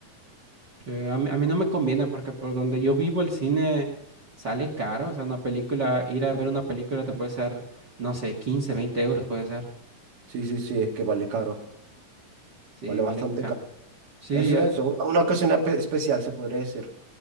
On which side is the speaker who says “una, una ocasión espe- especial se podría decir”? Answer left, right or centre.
Right